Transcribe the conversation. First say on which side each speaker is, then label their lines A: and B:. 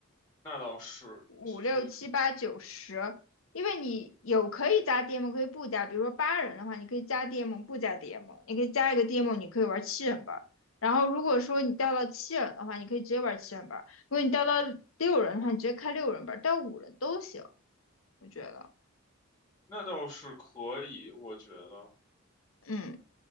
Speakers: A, on the left; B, on the left.
A: 那倒是，
B: 五六七八九十，
A: 所以
B: 因为你有可以加 DM，可以不加。比如说八人的话，你可以加 DM，不加 DM，你可以加一个 DM，你可以玩七人班。然后如果说你掉到七人的话，你可以直接玩七人班；如果你掉到六人的话，你直接开六人班，掉五人都行，我觉得。
A: 那倒是可以，我觉得
B: 嗯，